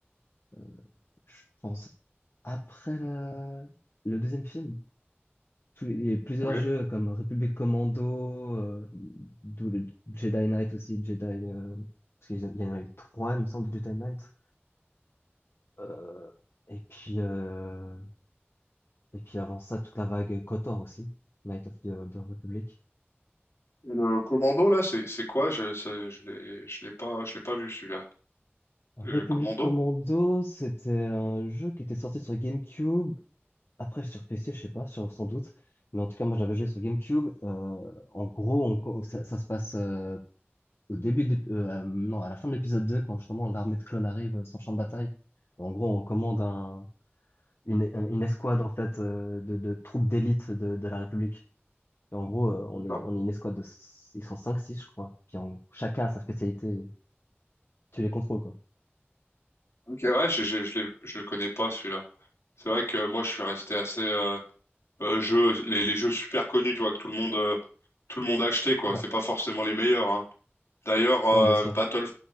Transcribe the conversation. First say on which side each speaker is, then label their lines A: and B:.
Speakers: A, on the left; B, on the left.
A: euh, je pense, après la- le deuxième film. Tous les- Il y a plusieurs
B: Ok.
A: jeux comme République Commando, euh, d'où le Jedi Knight aussi, Jedi, euh, parce qu'il y en il y en a eu trois, il me semble, de Jedi Knight. Euh, et puis, euh, et puis avant ça, toute la vague KOTOR aussi, Knight of the, the Republic.
B: Et Le commando là, c'est c'est quoi? Je ça- je l'ai je l'ai pas je l'ai pas vu celui-là.
A: République
B: Le commando?
A: Commando, c'était un jeu qui était sorti sur GameCube Après, sur PC, je sais pas, sur- sans doute. Mais en tout cas, moi, j'avais joué sur GameCube. Euh, en gros, on co- ça, ça se passe euh, au début de l'ép- euh, euh, non, à la fin de l'épisode 2 quand justement l'armée de clones arrive euh, sur le champ de bataille. En gros, on commande un, une, une escouade, en fait, euh, de, de troupes d'élite de, de la République. Et en gros, euh, on
B: D'accord.
A: est, on est une escouade de... s- Ils sont cinq six je crois. Puis on- chacun a sa spécialité. Tu les contrôles, quoi.
B: Ok ouais, j'ai- j'ai- je l'ai- je le connais pas celui-là. C'est vrai que moi je suis resté assez euh, euh, jeux les, les jeux super connus, tu vois que tout le monde euh, tout le monde a acheté quoi.
A: Ouais.
B: C'est pas forcément les meilleurs. hein. D'ailleurs euh,
A: Non, bien sûr.
B: Battle